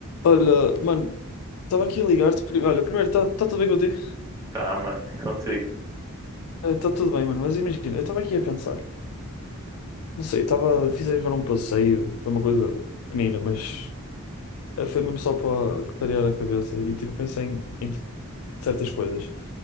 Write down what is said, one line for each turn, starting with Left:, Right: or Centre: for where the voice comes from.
Left: Olha, mano, estava aqui a ligar-te. pri- Olha, primeiro, está tudo bem contigo?
Right: Tá, mano, contigo.
Left: Está tudo bem, mano, mas imagina, eu estava aqui a pensar. Não sei, estava, fiz agora um passeio, foi uma coisa pequenina, mas eh, foi mesmo só para clarear a cabeça e tipo, pensei em, em, tipo, certas coisas.